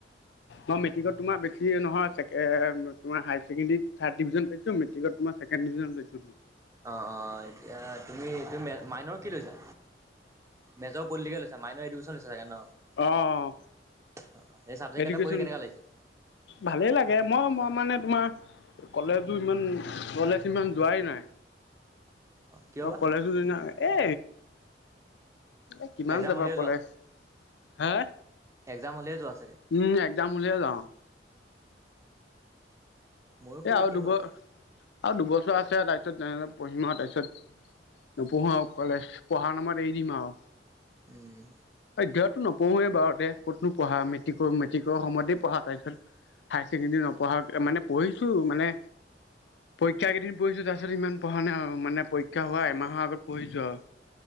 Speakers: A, on the left (about 70°); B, on the right (about 15°).
A: মই মেট্ৰিকত তোমাৰ বেছি নহয়। তোমাৰ হাই ছেকেণ্ডেৰী থাৰ্ড ডিভিজন পাইছো মেট্ৰিকত। মই ছেকেণ্ড ডিভিজন পাইছিলো।
B: অ, অ, এতিয়া তুমি তুমি মাইনৰ কি লৈছা। মেজৰ পলিটিকেল লৈছো। মাইনৰ এডুকেশ্যন লৈছে চাগে ন।
A: আহ‌।
B: অ' সেই চাবজেক্ট
A: এডোকেশ্যন
B: কেইটা পঢ়ি কেনেকুৱা লাগিছে?
A: ভালেই লাগে মই মই মানে তোমাৰ। কলেজো ইমান কলেজ ইমান যোৱাই নাই।
B: কিয়
A: অ
B: বা?
A: কলেজো দিনা এ। এ কিমান
B: এক্সাম
A: যাবা
B: হ'লেই
A: কলেজ। হা
B: এ একজাম হ'লেই যোৱা জাই।
A: উম, একদম উলিয় যাওঁ।
B: ময়ো সেই
A: এ আৰু
B: একেই
A: দুব
B: বাৰু।
A: আৰু দুবছৰ আছে তাই। ট্ৰেনত পঢ়িম তাৰপাছত নপঢ়ো আৰু তাৰপিছত নপঢ়ো আৰু কলেজ পঢ়াৰ নামত এৰি দিম আৰু।
B: উম।
A: তেতিয়াটো নপঢ়োৱেই বাৰহতে ক'তনো পঢ়া মেট্ৰিকৰ মেট্ৰিকৰ সময়তেই পঢ়া তাৰপিছত। হায় ছেকেণ্ডৰী নপঢ়া মানে পঢ়ি মানে পৰীক্ষা কেইদিন পঢ়িছো তাৰ পিছত ইমান পঢ়া নাই আৰু। মানে পৰীক্ষা
B: অ'
A: হোৱা
B: অ'।
A: এমাহৰ আগত পঢ়িছো আৰু।